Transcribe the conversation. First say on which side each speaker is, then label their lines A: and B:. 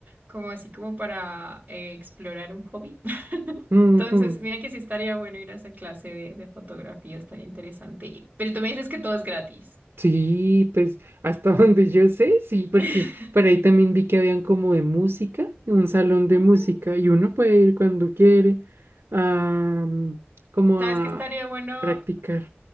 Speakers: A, on the right (about 40°); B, on the right (about 85°).
A: como así como para eh, explorar un hobby. <laughs>
B: Ujú.
A: Entonces, mira que sí estaría bueno ir a esa clase de, de fotografía, estaría interesante. Pero tú me dices que todo es gratis.
B: Sí, pues hasta <laughs> donde yo sé, sí, porque
A: <laughs>
B: por ahí también vi que habían como de música, un salón de
A: Mm,
B: música, y uno puede ir cuando quiere a, mm, como
A: ¿Sabes
B: a
A: qué estaría bueno
B: practicar.